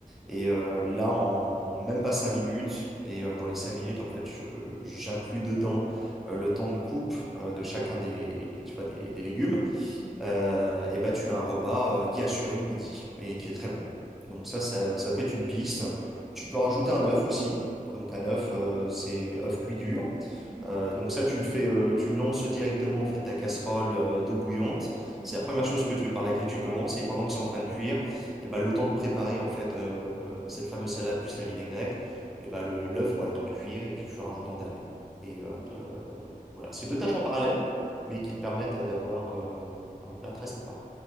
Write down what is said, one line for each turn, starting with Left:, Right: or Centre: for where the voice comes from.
Centre: Et euh, là, en même pas cinq minutes, et euh, dans les cinq minutes, en fait, je- j'inclus dedans euh, le temps de coupe euh, de chacun des, tu vois, des, des légumes
Right: Mhm,
Centre: euh, et bah tu as un repas euh, qui est assuré le midi et qui est très bon. Donc ça, ça, ça peut être une piste. Tu peux rajouter un œuf aussi. Donc un œuf, euh, c'est œuf cuit dur.
Right: mhm,
Centre: Euh, donc ça, tu le fais, euh, tu lances directement en fait ta casserole euh, d'eau bouillante.
Right: mhm.
Centre: C'est la première chose que tu, par laquelle tu commences. Et pendant que c'est en train de cuire, et bah, le temps de préparer en fait euh, cette fameuse salade plus la vinaigrette, et bah, le l'œuf aura le temps de cuire et puis tu le rajoutes en dernier. Et euh,
Right: Ok,
Centre: euh, voilà, c'est deux tâches en parallèle, mais qui te permettent euh, d'avoir euh, un plat très sympa